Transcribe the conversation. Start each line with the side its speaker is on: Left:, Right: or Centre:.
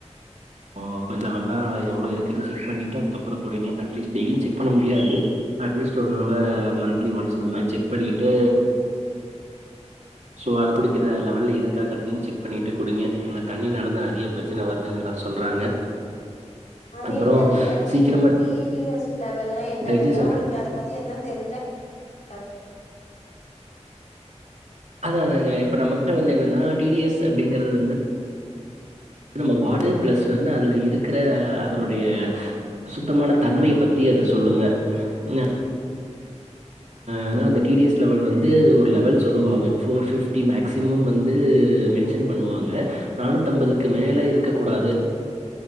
Right: போ கொஞ்சோ <unintelligible> எவ்ளோ இருக்குனு செக் பண்ணிட்டு அதுக்கப்புறோ குடிங்க அட்லீஸ் டெய்லியும் செக் பண்ண முடியாது அட்லீஸ்ட் சொரு தடவ மந்த்லி ஒன்ஸ் இந்த மாரி செக் பண்ணிட்டு சோ அத குடிக்கிற லெவல்ல இருக்காங்கறதையு செக் பண்ணிட்டு குடிங்க ஏன்னா தண்ணினாலந்தான் நெறயா பிரச்சன வருது எல்லா சொல்றாங்க
Left: அது
Right: அப்புறம்
Left: என்னதுங்க டி
Right: சீக்கிரமா
Left: டி டிஎஸ் லெவல்னா என்னதுங்க
Right: டைஜஷன்
Left: உங்களுக்கு அத பத்தி எதனா தெரிஞ்சா ஆ
Right: அதான் அதாங்க இப்ப நம்மகிட்ட வந்து என்னன்னா டிடிஎஸ் அப்டிங்கிறது வந்து நம்ம வாடு ப்ளஸ் துன்ன அதுல இருக்கிற அதனுடைய சுத்தமான தன்மை பத்தி அது சொல்லுங்க நா ஆனா அந்த டிடிஎஸ் லெவல் வந்து ஒரு லெவல் சொல்லுவாங்க ஃபோர் ஃபிப்டி மேக்சிமம் வந்து மென்ஷன் பண்ணுவாங்க நானூத்தம்பதுக்கு மேல இருக்க கூடாது